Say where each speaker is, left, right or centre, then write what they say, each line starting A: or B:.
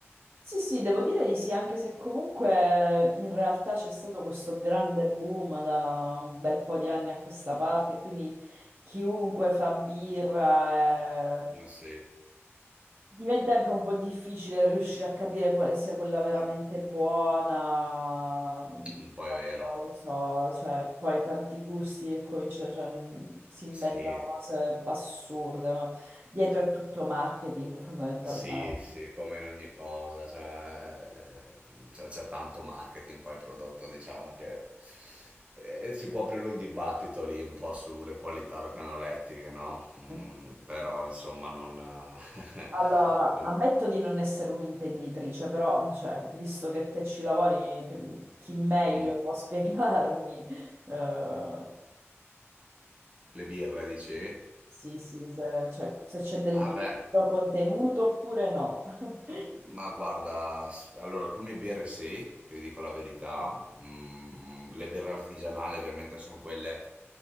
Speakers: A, on the right; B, on the right.
A: Sì, sì, devo dire di sì, anche se comunque eh, in realtà c'è stato questo grande boom da un bel po' di anni a questa parte, quindi chiunque fa birra, eh,
B: Eh Sì,
A: Diventa anche un po' difficile riuscire a capire quale sia quella veramente buona, non
B: un po' è vero.
A: lo so, cioè poi tanti gusti che cominciano, cioè, mh, si inventano
B: Sì,
A: cose assurde, ma dietro è tutto marketing fondamentalmente.
B: sì, sì, come in ogni cosa, cioè, c'è c'è tanto marketing, poi il prodotto, diciamo che eh, si può aprire un dibattito lì un po' sulle qualità organolettiche, no? Mm,
A: <laughs>
B: però insomma non...
A: Allora,
B: <laughs>
A: ammetto di non essere un'intenditrice, però cioè, visto che te ci lavori, mi- chi meglio
B: Mm.
A: può spiegarmi? eh,
B: Le birre, dici?
A: Sì, sì, se, cioè, se c'è del
B: Ah beh,
A: vero contenuto oppure no. <laughs>
B: Ma guarda, s- allora alcune birre sì, ti dico la verità, Mm, le birre artigianali ovviamente sono quelle